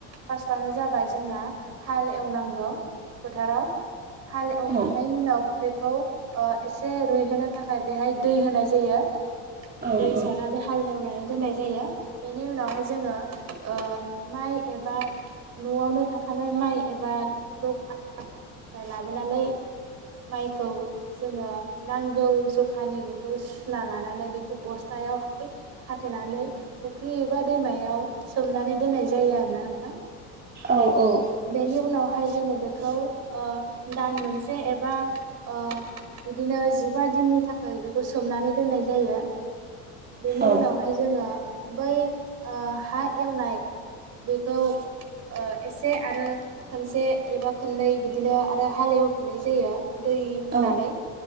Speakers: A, on the right; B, on the right.
A: फास्ट आवनो जाबाय जोंना हाल एवनांगौ फोथाराव हाल एवखांनायनि
B: औ
A: उनाव बेखौ ओ एसे रुइहोनो थाखाय बेहाय दै होनाय जायो।
B: औ
A: दै
B: औ
A: सारनानै हाल हेवनाय दोननाय जायो बेनि उनावहाय जोङो ओ माइ एबा न'आवनो थाखानाय माइ एबा दखान <inaudible> निफ्राय लाबोनानै माइखौ जोङो नांगौ जखानि बेखौ सुना लानानै बेखौ बस्थायावहाय खाथेनानै फुख्रि एबा दैमायाव सोमनानै दोननाय जायो आरो ना नों थां
B: औ
A: बेनि उनावहाय जोङो बे खौ ओ दान मोनसे एबा ओ बिदिनो जिबा दिननि थाख खै बेखौ सोमनानै दोननाय जायो। बेनि
B: औ
A: उनावहाय जोङो बै ओ हा एवनाय बेखौ ओ एसे आरो खोनसे एबा खोननै बि दिनो आरो हालेव हिफिन्नाय जायो। दै
B: औ
A: होनानै